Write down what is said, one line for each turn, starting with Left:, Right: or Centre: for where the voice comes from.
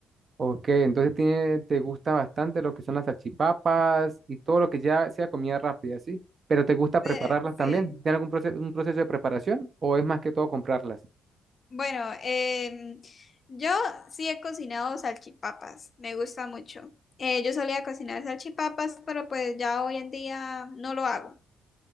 Right: Ok, entonces tiene, te gusta bastante lo que son las salchipapas y todo lo que ya sea comida rápida, ¿sí? Pero te gusta prepararlas
Left: Eh,
Right: también.
Left: sí.
Right: ¿Tiene algún proceso, un proceso de preparación o es más que todo comprarlas?
Left: Bueno, em, yo sí he cocinado salchipapas, me gusta mucho. Eh, yo solía cocinar salchipapas, pero pues ya hoy en día no lo hago.